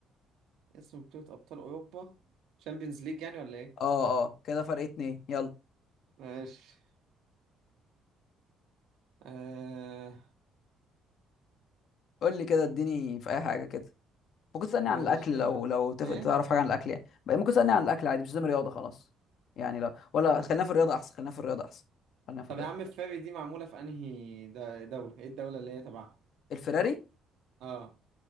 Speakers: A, on the right; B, on the left.
A: اسم بطولة أبطال أوروبا شامبيونز ليج يعني ولا ايه؟
B: اه اه كده فرق اتنين يلا
A: ماشي آه...
B: قول لي كده اديني في اي حاجة كده ممكن تسألني
A: ماشي
B: عن الأكل
A: يا
B: لو
A: عم.
B: لو تف-
A: ايه
B: تعرف حاجة عن الأكل يعني بقى ممكن تسألني عن الأكل عادي مش لازم رياضة خلاص يعني لا ولا خلينا في الرياضة أحسن خلينا في الرياضة أحسن خلينا في
A: طب
B: الرياضة
A: يا عم فاري دي معمولة في أنهي د- دولة؟ إيه الدولة اللي هي تبعها؟
B: الفراري
A: آه